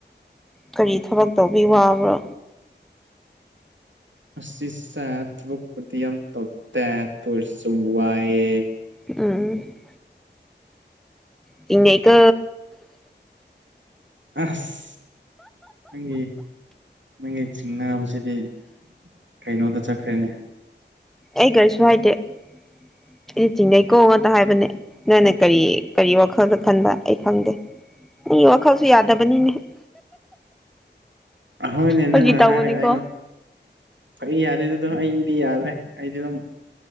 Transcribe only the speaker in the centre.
ꯀꯔꯤ ꯊꯕꯛꯇꯧꯕꯩ ꯋꯥꯕ꯭ꯔꯣ
ꯑꯝ ꯆꯤꯡꯅꯩꯀꯣ
ꯑꯩ ꯀꯔꯤꯁꯨ ꯍꯥꯏꯗꯦ ꯑꯩꯗꯤ ꯆꯤꯡꯅꯩꯀꯣ ꯉꯛꯇ ꯍꯥꯏꯕꯅꯦ ꯅꯪꯅꯦ ꯀꯔꯤ ꯀꯔꯤ ꯋꯥꯈꯜ ꯋꯥꯈꯜꯗ ꯈꯟꯕ ꯑꯩ ꯈꯪꯗꯦ ꯃꯤ ꯋꯥꯈꯜꯁꯦ ꯌꯥꯗꯕꯅꯤꯅꯦ
ꯐꯥꯒꯤ
ꯇꯧꯕꯅꯤꯀꯣ